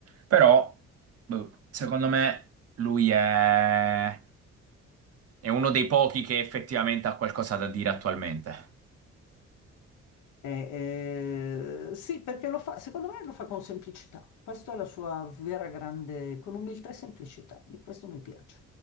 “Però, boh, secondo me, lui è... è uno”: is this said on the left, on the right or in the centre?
Right